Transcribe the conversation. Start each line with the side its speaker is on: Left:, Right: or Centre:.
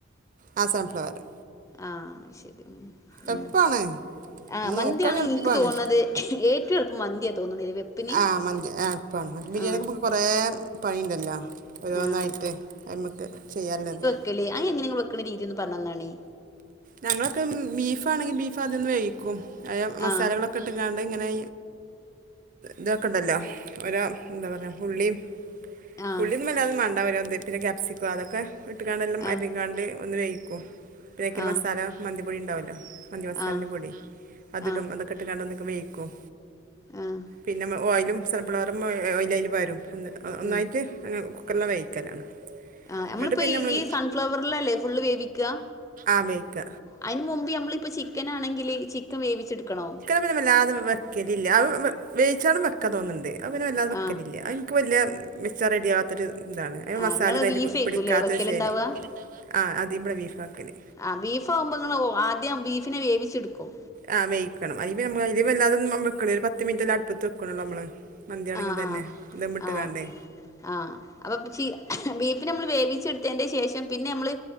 Right: ആഹ് സൺഫ്ലവറ്
Left: ആഹ് ശരി ഉം
Right: എളുപ്പാണ്
Left: ഉം ആഹ്
Right: നമ്മള്
Left: മന്തിയാണ്
Right: നോക്കാണെങ്കി എളുപ്പാണ്
Left: ഇൻക്ക് തോണത് ഏറ്റു എളുപ്പം മന്തിയാ തോന്ന്ണ്ലേ വെപ്പിന്.
Right: ആഹ് മതി ആഹ് ബിരിയാണിയൊക്കെ
Left: ആഹ്
Right: - കൊറേ പണിയുണ്ടല്ലോ ഓരോന്നായിട്ട്
Left: ആഹ്
Right: നമുക്ക് ചെയ്യാൻ ഉള്ളത്
Left: ല്ലേ അത് എങ്ങനെയാ നിങ്ങള് വെയ്ക്കണ രീതി ഒന്ന് പറഞ്തന്നാണി
Right: ഞങ്ങളൊക്കെ ബീഫ് ആണെങ്കിൽ ബീഫ് അതൊന്ന് വേവിക്കും അതില് മസാലകളൊക്കെ-
Left: ആഹ്
Right: ക്കെട്ടങ്ങാണ്ട് ഇങ്ങനെ ഇതൊക്കണ്ടല്ലോ ഓരോ എന്താ പറയുക ഉള്ളിയും
Left: ആഹ്
Right: ഉള്ളിയൊന്നുംമല്ലാതും മേണ്ട ഓരോന്ന് പിന്നെ ക്യാപ്സിക്കോ അതൊക്കെ- വട്ടിക്കാണ്ടെല്ലാം
Left: ആഹ്
Right: അരിഞ്ഞിക്കാണ്ട് ഒന്ന് വേവിക്കും ബേക്കൽ മസാല
Left: ആഹ്
Right: മന്തി പൊടി ഉണ്ടാവുമല്ലോ മന്തി മസാലൻ്റെ
Left: ആഹ്
Right: പൊടി അത് ഇടും
Left: ആഹ്
Right: അതൊക്കെ- പിന്നെ അത് ഒന്ന് അങ്ങട് വേവിക്കും
Left: ആഹ്
Right: പിന്നെ ഓയിലും- സൺഫ്ലവർ ഓയില് അതില് വരും ഒന്നായിട്ട്
Left: ഉം
Right: കുക്കറില വേവിക്കലാണ്
Left: ആ നമ്മളിപ്പപ്പോ
Right: എന്നിട്ട് പിന്നെ
Left: ഈ
Right: നമ്മൾ
Left: ഈ സൺഫ്ലവറൽല്ലേ ഫുള് വേവിക്കുക
Right: ആ വേവിക്ക
Left: അതിന് മുമ്പ് നമ്മളിപ്പ ചിക്കൻ ആണെങ്കില് ചിക്കൻ വേവിച്ചെടുക്കണോ
Right: <unintelligible> വല്ലാതെ വെക്കലില്ല അത് വ് വേവിച്ചാലും വെക്കാ തോന്ന്ണ്ട് അപ്പ പിന്നെ വല്ലാതെ വെക്കലില്ല
Left: ആഹ്
Right: <unintelligible> ഇൻക്ക് വെല്ല്യെ വെച്ചാ റെഡ്യാവാത്തൊര് താണ്. അയ്മെ
Left: ആഹ്
Right: മസാല
Left: ഇങ്ങള്
Right: തരി
Left: ബീഫേക്കൂല്ലേ
Right: പ് പിടിക്കാത്തൊശേര്
Left: വെക്കലുണ്ടാവാ
Right: ആഹ് ആദ്യേ ബടെ ബീഫാക്കല്.
Left: ആഹ് ബീഫാവുമ്പോ നിങ്ങള് ഓഹ് ആദ്യം ബീഫിനെ വേവിച്ചെട്ക്കും.
Right: ആഹ് വേക്കണം അയ്‌മേ നമ്മളയ്‌ല് വല്ലാതൊന്നും അമ്മ വെക്കണേല് പത്ത് മിൻറ്റെല്ലാ ട്പ്പത്ത് വെക്ക്ണോള്ളൂ നമ്മളത്. മന്ത്യാണങ്കിൽ
Left: ആഹ്
Right: തന്നെ
Left: ആഹ്
Right: ദംമ്ട്ട്
Left: ആഹ്
Right: ക്കാണ്ടേ
Left: ആഹ് അപ്പൊ ചി ബീഫി നമ്മള് വേവിച്ച്ട്ത്തേൻ്റെ ശേഷം പിന്നമ്മള്